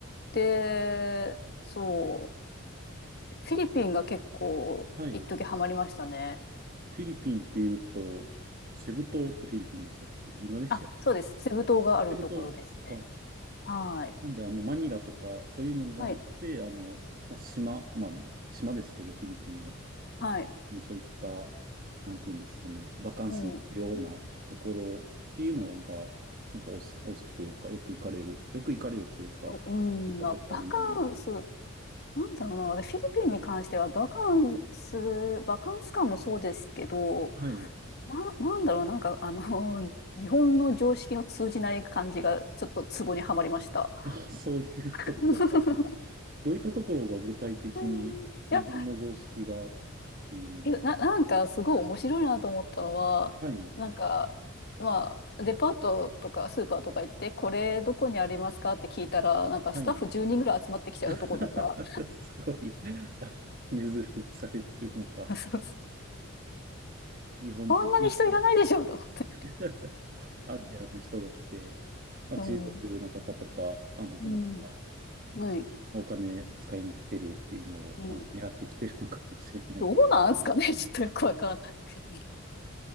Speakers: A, on the left (about 50°); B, on the right (about 45°).
A: で、そう、フィリピンが結構、
B: はい。
A: 一時ハマりましたね。
B: フィリピンっていうと、セブ島ってフィリピンでしたっけインドネシア。
A: あ、
B: セ
A: そうです。セブ島があるところですね。
B: ブ島か。
A: はい。
B: なんで、あの、マニラとか、そういうのじゃなくて、
A: はい。
B: あの、まあ、島、まあ、島ですけど、フィリピンも。
A: はい。
B: あの、そういった、なんていうんですかね、バカンスに行くようなところっていうのが、
A: うん。
B: やっぱおす、お好きというか、よく行かれる、よく行かれるというか、
A: うん、
B: 行ったことあるような。
A: まあ、バカンス、なんだろうな。私フィリピンに関しては、バカンス、バカンス感もそうですけど、
B: はい。
A: な、なんだろう、なんか、あの、<laughs> 日本の常識の通じない感じが、ちょっとツボにはまりました。
B: あ、そういうところが、
A: <laughs>
B: どういったところが具体的に日本の常識がっ
A: うんいや、
B: ていうの
A: な、なんか、すごい面白いなと思ったのは、
B: が、はい、
A: なんか、まあ、デパートとかスーパーとか行って、これどこにありますかって聞いたら、なんかスタッフ10人ぐらい集まってきちゃうとことか、
B: はい。<laughs> すごい、あ根ずるにされてるのか。
A: <laughs>
B: 日本人、
A: こんなに人いらないでしょと思って。
B: まあ <laughs> アジアの人が来て、まあ、
A: <laughs> う
B: 中国の方とか、韓国の方
A: ん。うん。はい。
B: お金使いに来てるっていうのを、
A: うん。
B: あ狙ってきてるのかもしれない。
A: どうなんすかね <laughs> ちょっとよくわかんないですけ